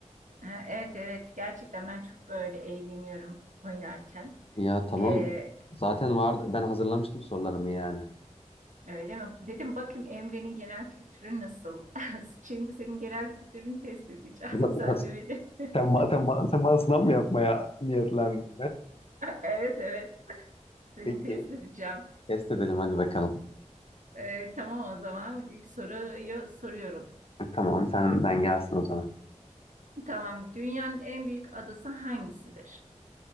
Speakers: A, on the right; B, on the left.
A: E, evet evet gerçekten ben çok böyle eğleniyorum oynarken.
B: Ya tamam.
A: E,
B: Zaten vardı. Ben hazırlamıştım sorularımı yani.
A: öyle mi? Dedim bakayım Emre'nin genel kültürü nasıl? <laughs> Şimdi senin genel kültürünü test edeceğim.
B: <laughs>
A: <laughs> Sen de beni. <laughs>
B: Sen, ba- sen, ba- sen bana sınav mı yapmaya niyetlendin?
A: Evet evet
B: <laughs>
A: seni
B: Peki.
A: test edeceğim.
B: Test edelim hadi bakalım.
A: E, tamam o zaman ilk soruyu soruyorum.
B: Tamam senden gelsin o zaman.
A: Tamam. Dünyanın en büyük adası hangisidir?